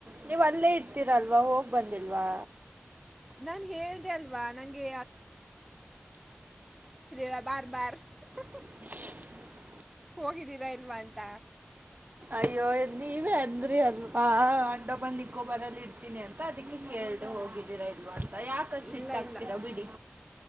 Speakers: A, on the right; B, in the centre.
A: ನೀವ್ ಅಲ್ಲೇ ಇಡ್ತೀರ ಅಲ್ವಾ ಹೋಗ್ ಬಂದಿಲ್ವಾ
B: ನಾನು ಹೇಳ್ದೆ ಅಲ್ವಾ ನನಗೆ ರ ಬಾರ್ ಬಾರ್ <unintelligible>
A: <unintelligible>
B: ಹೋಗಿದ್ದೀರಾ ಇಲ್ವಾ ಅಂತ
A: ಅಯ್ಯೋ ನೀವೇ ಅಂದ್ರಿ ಅಲ್ವಾ ಅಂಡೋ ಬಾರ್ ನಿಕೋಬಾರ್ ಅಲ್ಲಿ ರ್ಇಡ್ತೀನಿ ಅಂತ ಅದಕ್ಕೆ ಕೇಳ್ದು ಹೋಗಿದ್ದೀರಾ ಇಲ್ವ ಯಾಕ ಸಿಟ್ಟಾಗ್ತಿರ
B: ಇಲ್ಲ ಇಲ್ಲ
A: ಬಿಡಿ